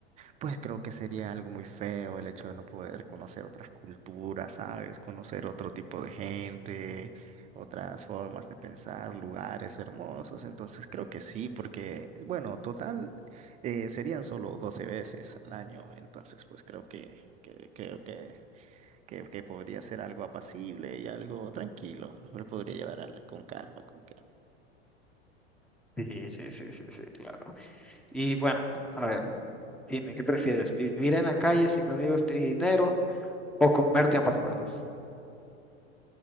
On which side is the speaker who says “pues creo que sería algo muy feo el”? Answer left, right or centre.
Right